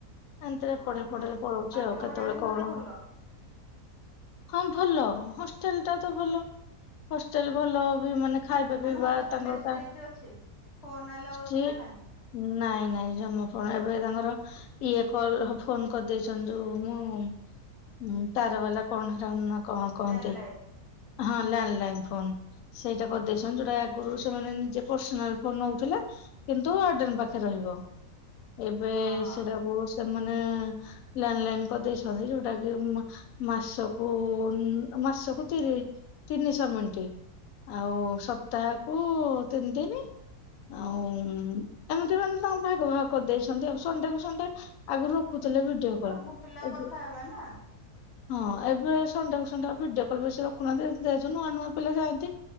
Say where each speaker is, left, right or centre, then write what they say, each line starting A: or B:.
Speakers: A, on the left; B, on the left.
A: ଏମତିରେ
B: ଓହୋ
A: ପଢେ ପଢରେ ପଳଉଛି
B: ପାଠ
A: ଆଉ କେତେବେଳେ
B: ପଢା କିନ୍ତୁ
A: କଣ
B: ଗୋଟେ ଭଲ
A: ହଁ ଭଲ ହ। ହଲ ଟା ତ ଭଲ ହଷ୍ଟେଲ ଭଲ ବି ମାନେ ଖାଇବା ପିଇବା
B: ମାନେ ହଷ୍ଟେଲ
A: ତାଙ୍କର
B: ରେ ସାଇଟ୍
A: ତା
B: ଅଛି ଫୋନ ଅଲ୍ଲାଉ
A: ଷ୍ଟ୍ରିଟ୍
B: ଅଛି ନା ନାହିଁ।
A: ନାଇଁ ନାଇଁ ଜମାଣ ଏବେ ତାଙ୍କର ଇଏ କଲ ଫୋନ କରିଦେଇ ଯୋଉ ମୁଁ ତାର ବାଲା କଣ ର। କଣ କୁହନ୍ତି।
B: ଲ୍ୟାଣ୍ଡ ଲାଇନ
A: ହଁ ଲ୍ୟାଣ୍ଡ ଲାଇନ ଫୋନ୍ ସେଇଟା କରିଦେଇଛନ୍ତି ଯୋଉଟା ଆଗରୁ ସେମାନେ ନିଜେ ପର୍ସନାଲ ଫୋନ ନଉଥିଲେ କିନ୍ତୁ ୱାର୍ଡେନ ପାଖରେ ରହିବ। ଏବେ
B: ହଁ ହଁ।
A: ସେଟାକୁ ସ୍। ସେମାନେ ଲ୍ୟାଣ୍ଡ ଲାଇନ କରିଦେଇଛନ୍ତି ଯୋଉଟା କି ମାସକୁ ମାସକୁ ତିରି ତିନିଶହ ମିନ୍ଟିି ଆଉ ସପ୍ତାହକୁ ତିନି ତିନି ଆଉ ଏମିତି ମାନ। ଭାଗ ଭାଗ କରିଦେଇଛନ୍ତି ଆଉ ସୁଣ୍ଡେକୁ ସଣ୍ଡେ ଆଗରୁ। ରଖୁଥିଲେ ଭିଡିଓ
B: ସବୁ
A: କଲ
B: ପିଲା
A: ଏବେ
B: କଥା ହବା ନା।
A: ହଁ ଏବେ ସଣ୍ଡେକୁ ସଣ୍ଡେ ଭିଡିଓ କଲ୍ ବେଶୀ ରଖୁନାହାନ୍ତିୁ। ନୂଆ ନୂଆ ପିଲା ଯାଆନ୍ତି